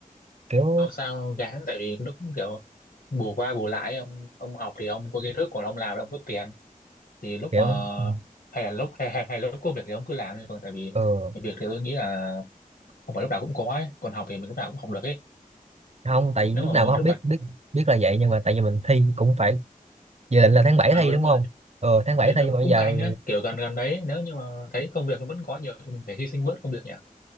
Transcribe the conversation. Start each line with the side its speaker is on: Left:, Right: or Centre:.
Right: kiểu
Left: không sao gán tại vì nó cũng kiểu bù qua bù lại ông ông học thì ông có kiến thức còn ông làm thì ông có tiền thì lúc
Right: kiểu
Left: mà
Right: ừ.
Left: hay là lúc hay, hay, hay là lúc có việc thì ông cứ làm đi còn tại vì
Right: ừ.
Left: việc thì tôi nghĩ là không phải lúc nào cũng có ấy còn học thì mình lúc nào cũng học được ấy
Right: không tại vì
Left: nếu
Right: lúc
Left: mà
Right: nào
Left: mình
Right: cũng không
Left: cứ
Right: biết
Left: bật
Right: biết biết là vậy nhưng mà tại vì mình thi cũng phải dự định là tháng 7
Left: ừ
Right: thi
Left: đúng
Right: đúng không
Left: rồi
Right: ừ tháng 7
Left: để đội
Right: thi mà bây
Left: cung
Right: giờ
Left: cạnh á kiểu gần gần đấy nếu như mà thấy công việc nó vẫn có nhiều thì mình phải hy sinh bớt công việc nhỉ